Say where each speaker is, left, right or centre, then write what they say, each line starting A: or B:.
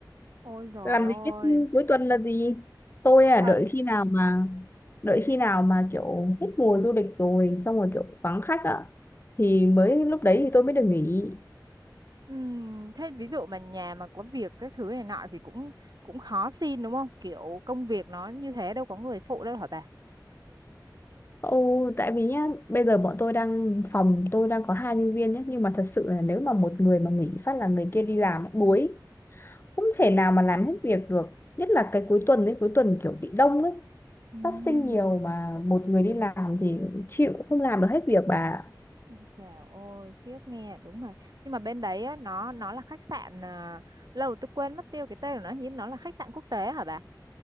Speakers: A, on the right; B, on the left.
A: Ôi trời
B: Làm
A: ơi,
B: gì biết cuối tuần là gì. Tôi
A: khổ
B: à,
A: thân.
B: đợi khi nào mà, đợi khi nào mà kiểu hết mùa du lịch rồi, xong rồi kiểu vắng khách á, thì mới lúc đấy thì tôi mới được nghỉ.
A: Ừm, thế ví dụ mà nhà mà có việc các thứ này nọ thì cũng cũng khó xin đúng không kiểu công việc nó như thế đâu có người phụ đâu hả bà
B: Ồ, tại vì nhá, bây giờ bọn tôi đang phòng tôi đang có hai nhân viên nhé, nhưng mà thật sự là nếu mà một người mà nghỉ phát là người kia đi làm buổi không thể nào mà làm hết việc được nhất là cái cuối tuần ấy cuối tuần kiểu bị đông ấy
A: Ừm,
B: phát sinh nhiều mà một người đi làm thì chịu không làm được hết việc bà
A: Ôi dào ôi, khiếp nghe đúng mà nhưng mà bên đấy á, nó nó là khách sạn à, lâu tôi quên mất tiêu cái tên của nó nhưng nó là khách sạn quốc tế hả bà